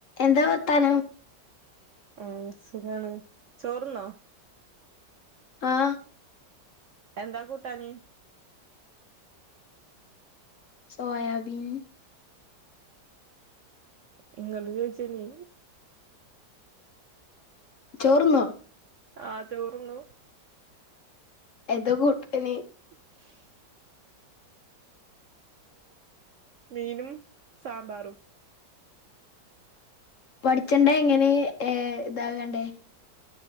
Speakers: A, on the left; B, on the right.
A: എന്താ വർത്താനം
B: ആഹ് സുഖാണ് ചോറ്ന്നോ
A: ആഹ്
B: എന്താ കൂട്ടാൻ
A: സോയാബീൻ.
B: ഇങ്ങോട്ട കഴിച്ചനീ
A: ചോർന്നോ?
B: ആ ചോറി ന്നു.
A: എന്ത കൂട്ടാൻ?
B: ആഹ മീനും സാമ്പാറും.
A: പഠിച്ചണ്ട എങ്ങനെ ഏ ഇതാകണ്ടേ